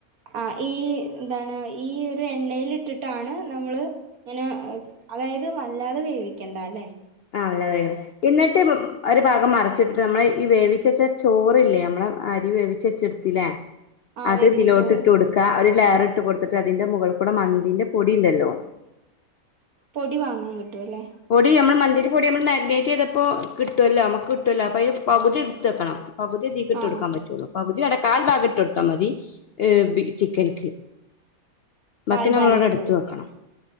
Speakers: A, on the right; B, on the left.
A: ആഹ് ഈ എന്താണ് ഈ ഒരു എണ്ണേലിട്ടിട്ടാണ് നമ്മള് ഇങ്ങനെ അ അതായത് വല്ലാതെ വേവിക്കണ്ടാലെ
B: ആഹ് നല്ല വേവ് ഇന്ന്ട്ട് ഒര് ഭാഗം മറച്ചിട്ടിട്ട്, നമ്മളെ ഈ വേവിച്ചച്ച ചോറില്ലേ നമ്മളെ അരി വേവിച്ചെച്ച ത്തിലെ
A: ആ
B: അത്
A: വേവിച്ച
B: ഇതിലോട്ട്
A: ചോറ്
B: ഇട്ട് കൊടുക്ക, ഒര് ലെയറിട്ട് കൊട്ത്ത്ട്ട് അതിന്റെ മുകൾക്കുടെ മന്തിന്റെ പൊടിണ്ടല്ലോ
A: പൊടി വാങ്ങാൻ കിട്ടുവല്ലേ
B: പൊടി അമ്മള് മന്തിന്റെ പൊടി നമ്മള് മാഗ്നേറ്റ് ചെയ്തപ്പോ ക കിട്ടൊല്ലോ, നമ്മക്ക് കിട്ടൊല്ലോ അപ്പയ്ല് പകുതി ഇട്ട് ത്ത് വെക്കണം. പകുത്യേ ഇതീക്ക് ഇട്ടൊട്ക്കാൻ
A: ആ
B: പറ്റൊള്ളു. പകുതി വേണ്ട കാൽ ഭാഗം ഇട്ടൊട്ത്താ മതി, ഏ ബി ചിക്കൻക്ക് ബാക്കി
A: കാൽഭാഗം
B: നമ്മളവ്ടെ
A: ഇട്ട് കൊടുക്കുക
B: എട്ത്ത് വെക്കണം.